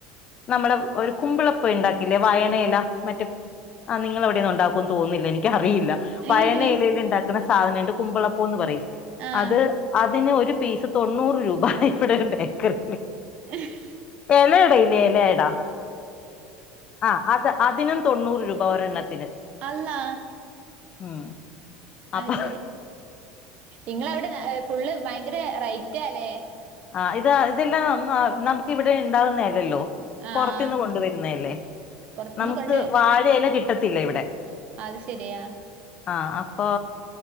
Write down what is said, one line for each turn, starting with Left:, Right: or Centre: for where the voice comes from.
Left: നമ്മള
Right: കു
Left: ഒരു കുമ്പിളപ്പ ഇണ്ടാ ല്ലേ വയനയില മറ്റെ ആ നിങ്ങളവിടെയൊന്നും ഒണ്ടാക്കോന്ന് തോന്നുന്നില്ല എനിക്കറിയില്ല വയണയിലയിൽ
Right: ഏഹ്!
Left: ഇണ്ടാക്കണ സാധനണ്ട് കുമ്പളപ്പംന്ന് പറയും
Right: ആഹ്.
Left: അത് അതിന് ഒരു പീസ് തൊണ്ണൂറ് രൂപ ഇവിടെ ഒരു ബേക്കറീല്
Right: ഏഹ്
Left: എലയട ഇല്ലേ എലയട ആഹ് അത് അതിനും തൊണ്ണൂറ് രൂപ ഒരെണ്ണത്തിന്
Right: അള്ളാ..
Left: ഉം. അപ്പൊ
Right: അയ് ശരി ഇങ്ങളവിടെ ഫുള്ള് ഭയങ്കര റേറ്റാല്ലേ?
Left: ആഹ് ഇത് ഇതെല്ലാം നമ്മ നമുക്ക് ഇവിടെ ഇണ്ടാവുന്നേയല്ലല്ലോ.
Right: ആഹ്.
Left: പൊറത്തിന്ന് കൊണ്ടുവരുന്നയല്ലേ?
Right: പൊറത്തുന്ന്
Left: നമക്ക്
Right: കൊണ്ട്
Left: വാഴയില കിട്ടത്തില്ല ഇവിടെ-
Right: അത് ശരിയാ.
Left: ആഹ് അപ്പൊ